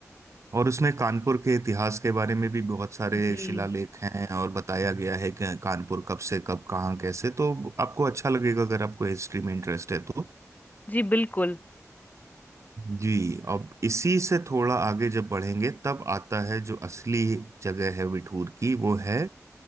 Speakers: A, on the right; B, on the left.
A: और उसमें कानपुर के इतिहास के बारे में भी बहुत सारे
B: जी
A: शिलालेख हैं और बताया गया है कि कानपुर कब से कब कहाँ कैसे तो आपको अच्छा लगेगा अगर आपको हिस्ट्री में इंटरेस्ट है तो
B: जी बिल्कुल
A: जी अब इसी से थोड़ा आगे जब बढ़ेंगे तब आता है जो असली जगह है विठूर की वो है